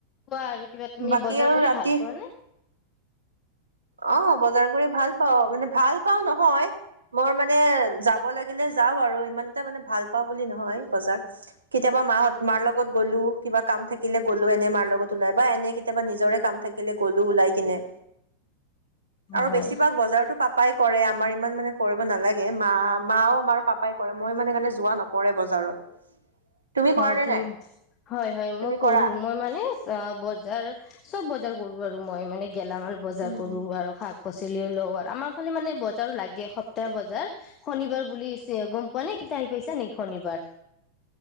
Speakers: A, on the left (about 30°); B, on the right (about 75°).
A: বাৰু কিবা তুমি
B: বাকী
A: বজাৰ
B: আৰু
A: কৰি
B: ৰাতি
A: ভাল পোৱা নে?
B: অ' বজাৰ কৰি ভাল পাওঁ মানে ভাল পাও নহয়, মই মানে যাব লাগিলে যাওঁ আৰু ইমান এটা মানে ভাল পাওঁ বুলি নহয় বজাৰ কেতিয়াবা মাহ'ত মাৰ লগত গ'লো কিবা কাম থাকিলে গ'লো এনে মাৰ লগত ওলাই বা এনে কেতিয়াবা নিজৰে কাম থাকিলে গ'লো ওলাই কিনে। আৰু
A: হয়
B: বেছিভাগ বজাৰতো পাপাই কৰে, আমাৰ ইমান মানে কৰিব নালাগে। মা মাও আমাৰ পাপা পাই কৰে, মই মান সেইকাৰণে যোৱা নপৰে বজাৰত। তুমি
A: হয়
B: কৰা নে
A: তুমি
B: নাই
A: হয় হয়
B: তুমি
A: মই ক'ৰো,
B: কৰা?
A: মই মানে অ' বজাৰ চব বজাৰ কৰো আৰু মই মানে গেলামাল বজাৰ
B: উম,
A: কৰো আৰু শাক পাচলি এওঁৰ লগত, আমাৰ ফালে মানে বজাৰো লাগে সপ্তাহ বজাৰ, শনিবাৰ বুলি গ'ম পোৱা নে? কেতিয়া আহি পাইছা নেকি? শনিবাৰ